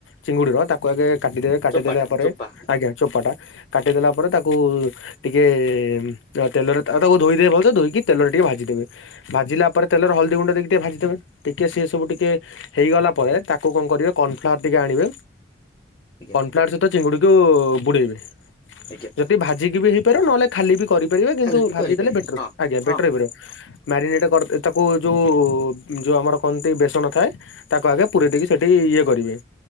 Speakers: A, on the left (about 85°); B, on the left (about 25°).
A: ଚିଙ୍ଗୁଡିର ତାକୁ ଆଗେ କାଟିଦେବେ। କାଟିଦେଲା
B: ଚୋପାଟା
A: ପରେ
B: ଚୋପା
A: ଆଜ୍ଞା ଚୋପାଟା କାଟିଦେଲା ପରେ ତାକୁ ଟିକେ ଉଁ ତା ତେଲରେ ତା ଆଉ ତାକୁ ଧୋଇଦେବେ ଭଲ୍ ସେ ଧୋଇକି ତେଲରେ ଟିକେ ଭାଜିଦେବେ। ଭାଜିଲା ପରେ ତେଲରେ ହଳଦୀ ଗୁଣ୍ଡ ଦେଇକି ଟିକେ ଭାଜିଦେବେ ଦେଖିବେ ସେ ସବୁ ଟିକେ ହେଇଗଲା ପରେ ତାକୁ କଁ କରିବେ କର୍ଣଫ୍ଲାୱାର ଟିକେ ଆଣିବେ
B: ଆଜ୍ଞା
A: କର୍ଣଫ୍ଲାୱାର୍ ସହିତ ଚିଙ୍ଗୁଡିକୁ ବୁଡେଇବେ।
B: ଆଜ୍ଞା
A: ଯଦି ଭାଜିକି ବି ହେଇପାରେ ନହେଲେ ଖାଲି ବି କରିପାରିବେ କିନ୍ତୁ
B: ଖାଲି ବି
A: ଭାଜି
B: କରିପାରିବେ
A: ଦେଲେ ବେଟର
B: ହଁ
A: ଆଜ୍ଞା
B: ହଁ
A: ବେଟର ହେଇପାରିବ। ମ୍ୟାରିନେଟେ କର ଏ ତାକୁ ଯୋଉ ଯୋଉ ଆମର କହନ୍ତି ବେସନ ଥାଏ ତାକୁ ଆଗେ ପୁରେଇଦେଇକି
B: ଆଜ୍ଞା।
A: ସେଇଠି ଇଏ କରିବେ।